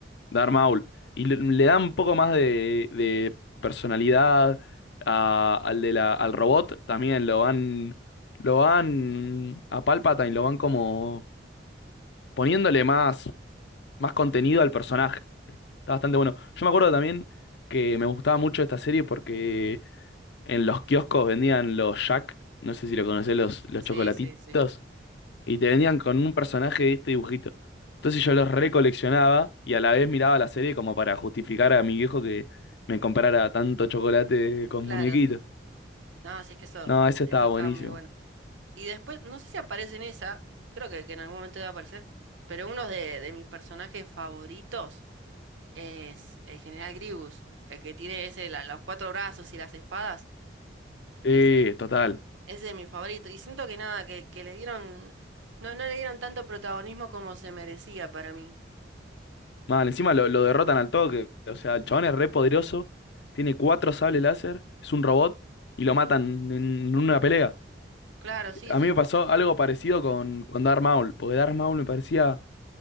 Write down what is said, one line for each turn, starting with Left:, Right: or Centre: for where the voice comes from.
Left: Darth Maul. Y le, le dan un poco más de, de personalidad a- al de la, al robot, también lo van, lo van a Palpatine, lo van como poniéndole más, más contenido al personaje. Está bastante bueno. Yo me acuerdo también que me gustaba mucho esta serie porque en los kioscos vendían los Jack, no sé si lo conocés, los, los
Right: Sí,
Left: chocolatitos,
Right: sí, sí.
Left: y te vendían con un personaje de este dibujito. Entonces yo los recoleccionaba y a la vez miraba la serie como para justificar a mi viejo que me comprara tanto chocolate con
Right: Claro,
Left: muñequitos.
Right: sí. sí. No, sí, es que eso,
Left: No, ese estaba
Right: eso
Left: buenísimo.
Right: estaba muy bueno. Y después, no sé si aparece en esa, creo que, que en algún momento debe aparecer, pero uno de, de mis personajes favoritos es el general Grievous, el que tiene ese, la- los cuatro brazos y las espadas.
Left: Eh,
Right: Ese,
Left: total.
Right: ese es mi favorito. Y siento que nada, que, que le dieron, no, no le dieron tanto protagonismo como se merecía para mí.
Left: Mal, encima lo, lo derrotan al toque. O sea, el chabón es re poderoso, tiene cuatro sables láser, es un robot y lo matan en una pelea.
Right: Claro, sí,
Left: A
Right: sí.
Left: mí me pasó algo parecido con, con Darth Maul, porque Darth Maul me parecía